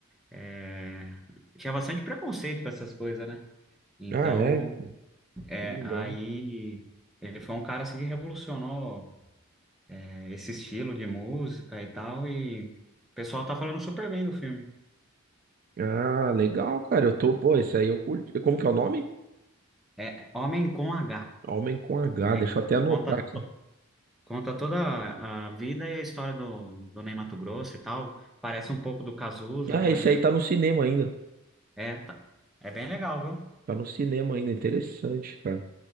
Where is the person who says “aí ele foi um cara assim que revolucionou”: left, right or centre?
Centre